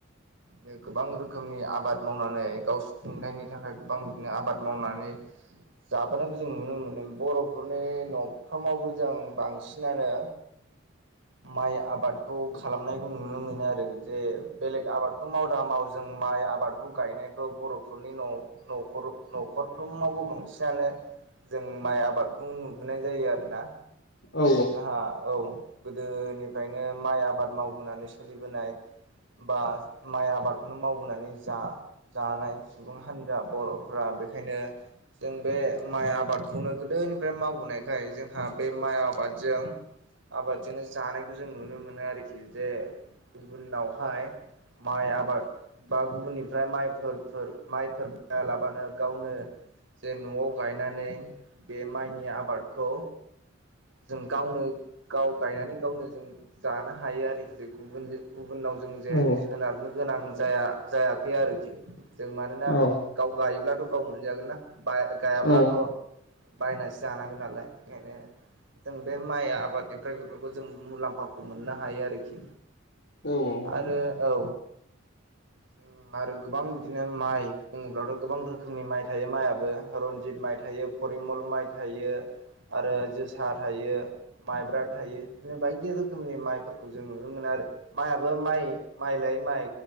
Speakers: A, on the right; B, on the left.
A: बिदिनो गोबां रोखोमनि आबाद मावनानै गाव सुफुंथायनि थाखाय गोबां बिदिनो आबाद मावनानै <inaudible> जाबोनायखौ जों नुनो मोनो बर'फोरनि न'फ्रामावबो जों बांसिनानो माइ आबादखौ खालामनायखौ नुनो मोनो आरो जे बेलेग आबादखौ माव दामाव जों माइ आबादखौ गायनायखौ बर'फोरनि न-न'खर नख'रफ्रोमावबो बांसिनानो जों माइ आबादखौ नुबोनाय जायो आरोना
B: औ
A: जोंहा औ। गोदोनिफ्रायनो माइ आबाद मावबोनानै सोलिबोनाय। बा माइ आबादखौनो मावबोनानै जा-जानाय सुबुं हान्जा बर'फ्रा। बेखायनो जों बे माइ आबादखौनो गोदोनिफ्राय मावबोनाय जोंहा बे माइ आबादजों आबादजोंनो जानायखौ जों नुनो मोनो आरखि जे गुबुनावहाय माइ आबाद बा गुबुननिफ्राय माइफोर फोर माइफोर बाया लाबानो गावनो जे न'आव गायनानै बे माइनि आबादखौ जों गावनो गाव गायनानै गावनो जों जानो हायो आरोखि जे गुबुननि गुबुननाव जों जे
B: औ
A: सोनारनो गोनां जाया जायाखै आरोखि। जों मानोना
B: औ
A: गाव गायोब्लाथ' गाव मोनजागोन ना बाय गायाब्लाथ'
B: औ
A: बायनासो जानांगोन नालाय ओंखायनो जों बे माइ आबादनिफ्राय बेफोरखौ जों मुलाम्फाखौ मोननो हायो आरोखि।
B: औ औ
A: आरो औ जों आरो गोबां बिदिनो माइ बुङोब्लाथ' गोबां रोखोमनि माइ थायो माइआबो रनजित माइ थायो फरिमल माइ थायो आरो जोसा थायो। माइब्रा थायो बिदिनो बायदि रोखोमनि माइफोरखौ जों नुनो मोनो आरो माइयाबो माइ माइ ला यै माइ